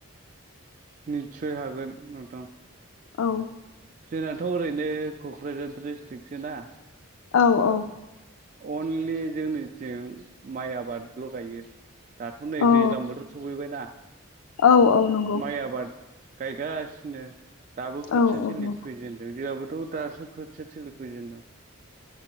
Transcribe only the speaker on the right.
निथसय हागोन नोंथां।
जोंनाथ' ओरै बे क'क्राझार द्रिसट्रिकसो ना?
अनलि जोंनिथिं माइ आबादल' गायो। दाथ' नै
दैज्लां बोथोर सफैबाय ना
माइ आबाद गायगासिनो दाबो खोथिया
थिलि
खुजेनदों जोआबो थ' दासो खोथिया थिलि फोजेनदों।